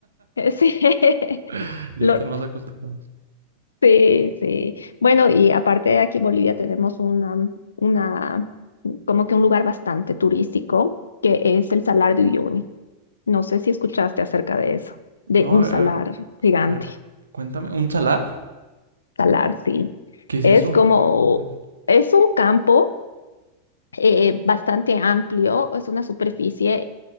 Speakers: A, on the left; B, on the right.
A: <laughs> Sí.
B: <laughs> ya
A: Lo-
B: están más acostumbrados.
A: sí, sí. Bueno, y aparte aquí en Bolivia tenemos una, una, como que un lugar bastante turístico, que es el Salar de Uyuni. No sé si escuchaste acerca de eso,
B: No,
A: de un
B: a ver,
A: salar
B: a,
A: gigante.
B: a ver, cu- cuéntame. ¿Un salar?
A: Salar, sí.
B: ¿Qué es
A: Es
B: eso?
A: como,
B: A ver,
A: es un campo eh, bastante amplio, es una superficie